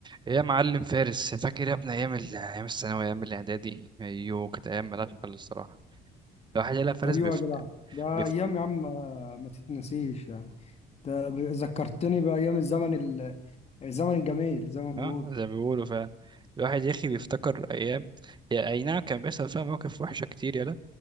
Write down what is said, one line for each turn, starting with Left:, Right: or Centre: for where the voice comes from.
Right: يا معلم فارس فاكر يا ابني ايام ال- ايام الثانويه ايام الاعدادي ايوه كانت ايام ملهاش حل الصراحه الواحد يلا فارس
Left: ايوه
Right: بيفت...
Left: يا جدع ده
Right: بيفت...
Left: ايام يا عم آه، ما تتنسيش يعني ده ب- ذكرتني بايام الزمن ال... الزمن الجميل زي ما بيقول
Right: اه زي ما بيقولوا فعلا الواحد يا اخي بيفتكر ايام هي اي نعم كان بيحصل فيها مواقف وحشه كتير يلا